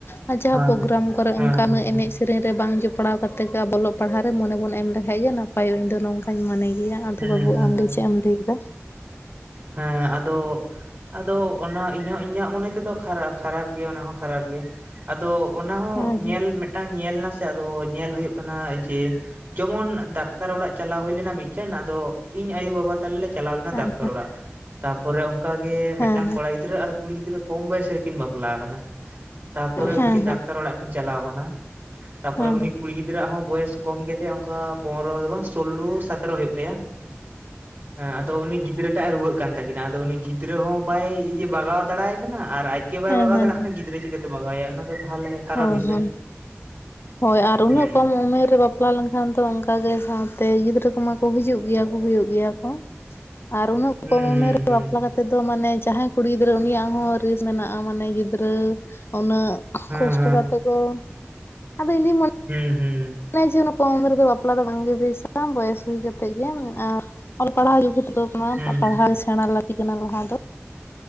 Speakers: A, on the left; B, on the right.
A: ᱟᱨ ᱡᱟᱦᱟᱸ
B: ᱦᱮᱸ
A: ᱯᱨᱳᱜᱨᱟᱢ ᱠᱚᱨᱮ
B: ᱦᱮᱸ
A: ᱚᱱᱠᱟᱱᱟᱜ
B: ᱦᱮᱸ
A: ᱮᱱᱮᱡ ᱥᱮ ᱨᱮᱧ ᱨᱮ ᱵᱟᱝ ᱡᱚᱯᱲᱟᱣ ᱠᱟᱛᱮ ᱜᱮ ᱟᱵ ᱚᱞᱚᱜ ᱯᱟᱲᱦᱟᱜ ᱨᱮ ᱢᱚᱱᱮ ᱵᱚᱱ ᱮᱢ ᱞᱮᱠᱷᱟᱡ ᱜᱮ ᱱᱟᱯᱟᱭᱚᱜᱼᱟ ᱤᱧ ᱫᱚ ᱱᱚᱝᱠᱟᱧ ᱢᱚᱱᱮ ᱜᱮᱭᱟ ᱟᱫᱚ
B: ᱦᱮᱸ
A: ᱵᱟᱹᱵᱩ
B: ᱦᱮᱸ
A: ᱟᱢᱫᱚ ᱪᱮ ᱮᱢ ᱞᱟᱹᱭ ᱠᱮᱫᱟ
B: ᱦᱮᱸ ᱟᱫᱚ ᱟᱫᱚ ᱚᱱᱟ ᱤᱧ ᱦᱚᱸ ᱤᱧᱟᱹᱜ ᱢᱚᱱᱮ ᱛᱮᱫᱚ ᱠᱷᱟᱨᱟ ᱠᱷᱟᱨᱟᱯ ᱜᱮ ᱚᱱᱟ ᱦᱚᱸ ᱠᱷᱟᱨᱟᱯ ᱜᱮ ᱟᱫᱚ ᱚᱱᱟ ᱦᱚᱸ
A: ᱦᱮᱸ
B: ᱧᱮᱞ ᱢᱤᱫᱴᱟᱝ ᱧᱮᱞ ᱮᱱᱟ ᱥᱮ ᱟᱫᱚ ᱧᱮᱞ ᱦᱩᱭᱩᱜ ᱠᱟᱱᱟ ᱡᱮ ᱡᱮᱢᱚᱱ ᱰᱟᱠᱛᱟᱨ ᱚᱲᱟᱜ ᱪᱟᱞᱟᱣ ᱦᱳᱭᱞᱮᱱᱟ ᱢᱤᱴᱷᱮᱱ ᱟᱫᱚ ᱤᱧ ᱟᱭᱩ ᱵᱟᱵᱟ ᱛᱟᱞᱮ ᱞᱮ ᱪᱟᱞᱟᱣ ᱞᱮᱱᱟ
A: ᱦᱮᱸ
B: ᱰᱟᱠᱛᱟᱨ ᱚᱲᱟᱜ ᱛᱟᱨᱯᱚᱨᱮ ᱚᱱᱠᱟᱜᱮ
A: ᱦᱮᱸ
B: ᱢᱮᱴᱟᱱ ᱠᱚᱲᱟ ᱜᱤᱫᱽᱨᱟᱹ ᱟᱨ ᱠᱩᱲᱤ ᱜᱤᱫᱽᱨᱟᱹ ᱠᱚᱢ ᱵᱚᱭᱮᱥ ᱨᱮᱠᱤᱱ ᱵᱟᱯᱞᱟ ᱠᱟᱱᱟ ᱛᱟᱯᱚᱨᱮ
A: ᱦᱮᱸ
B: ᱩᱱᱠᱤᱱ
A: ᱦᱮᱸ
B: ᱰᱟᱠᱛᱟᱨ
A: ᱦᱮᱸ
B: ᱚᱲᱟᱜ ᱠᱤᱱ ᱪᱟᱞᱟᱣ ᱠᱟᱱᱟ ᱛᱟᱯᱚᱨᱮ
A: ᱦᱮᱸ
B: ᱩᱱᱤ ᱠᱩᱲᱤ ᱜᱤ ᱜᱤᱫᱽᱨᱟᱹᱜ ᱦᱚᱸ ᱵᱚᱭᱮᱥ ᱠᱚᱢ ᱜᱮᱛᱟᱭᱟ ᱚᱱᱠᱟ ᱯᱚᱱᱮᱨᱚ ᱫᱚ ᱵᱟᱝ ᱥᱳᱞᱞᱳ ᱥᱟᱛᱮᱨᱚ ᱦᱳᱭᱳᱜ ᱛᱟᱭᱟ ᱦᱮᱸ ᱟᱫᱚ ᱩᱱᱤ ᱜᱤᱫᱽᱨᱟᱹ ᱴᱟᱜ ᱮ ᱨᱩᱣᱟᱹᱜ ᱠᱟᱱ ᱛᱟᱹᱠᱤᱱᱟ ᱟᱫᱚ ᱩᱱᱤ ᱜᱤᱫᱽᱨᱟᱹ ᱦᱚᱸ ᱵᱟᱭ ᱤᱭᱟᱹ ᱵᱟᱜᱟᱣ ᱫᱟᱲᱟᱭ ᱠᱟᱱᱟ ᱟᱨ ᱟᱡ ᱜᱮ ᱵᱟᱭ
A: ᱦᱮᱸ
B: ᱵᱟᱜᱟᱣ
A: ᱦᱮᱸ ᱦᱮᱸ
B: ᱫᱟᱲᱟᱜ ᱠᱟᱱᱟ ᱜᱤᱫᱽᱨᱟᱹ ᱪᱤᱠᱟᱹᱛᱮ ᱵᱟᱜᱟᱣᱮᱭᱟ ᱚᱱᱟ ᱫᱚ ᱛᱟᱦᱚᱞᱮ ᱠᱷᱟᱨᱟᱯ
A: ᱦᱚᱭ
B: ᱜᱮᱥᱮ
A: ᱦᱚᱭ ᱦᱚᱭ ᱟᱨ ᱩᱱᱟᱹᱜ
B: ᱦᱩᱸ
A: ᱠᱚᱢ ᱩᱢᱮᱨ ᱨᱮ ᱵᱟᱯ ᱵᱟᱯᱞᱟ ᱞᱮᱱᱠᱷᱟᱱ ᱛᱚ ᱚᱱᱠᱟᱜ ᱜᱮ ᱥᱟᱶᱛᱮ ᱜᱤᱫᱽᱨᱟᱹ ᱠᱚᱢᱟ ᱠᱚ ᱦᱤᱡᱩᱜ ᱜᱮᱭᱟ ᱠᱚ ᱦᱩᱭᱩᱜ ᱜᱮᱭᱟ ᱠᱚ ᱟᱨ ᱩᱱᱟᱹᱜ ᱠᱚ
B: ᱦᱩᱸ
A: ᱠᱚᱢ
B: ᱦᱩᱸ
A: ᱩᱢᱮᱨ ᱨᱮ
B: ᱦᱩᱸ
A: ᱵᱟᱯᱞᱟ ᱠᱟᱛᱮ ᱛᱮᱫᱚ ᱢᱟᱱᱮ ᱡᱟᱦᱟᱸᱭ ᱠᱩᱲᱤ ᱜᱤᱫᱽᱨᱟᱹ ᱩᱱᱤᱭᱟᱜ ᱦᱚᱸ ᱨᱟ. ᱥ ᱢᱮᱱᱟᱜᱼᱟ ᱢᱟᱱᱮ ᱜᱤᱫᱽᱨᱟᱹ ᱩᱱᱟᱹᱜ
B: ᱦᱮᱸ
A: ᱠᱚᱥᱴᱚ ᱠᱟᱛᱮ ᱠᱚ ᱟᱫᱚ ᱤᱧᱫᱩᱧ ᱢᱚᱱᱮ
B: ᱦᱩᱸ ᱦᱩᱸ
A: ᱚᱱᱮ ᱡᱮ ᱩᱱᱟᱜ ᱠᱚᱢ ᱩᱢᱮᱨ ᱨᱮᱫᱚ ᱵᱟᱯᱞᱟ <unintelligible> ᱥᱟᱱᱟᱢ ᱵᱚᱭᱮᱥ ᱦᱩᱭ ᱠᱟᱛᱮ ᱜᱮ ᱮᱸ ᱚᱞ ᱯᱟᱲᱦᱟᱣ ᱡᱩᱜᱩᱛ ᱫᱚ ᱠᱟᱱᱟ
B: ᱦᱩᱸ ᱦᱩᱸ
A: ᱯᱟᱲᱦᱟᱣ ᱥᱮᱬᱟ ᱞᱟᱹᱛᱤ ᱠᱟᱱᱟ ᱞᱟᱦᱟ ᱫᱚ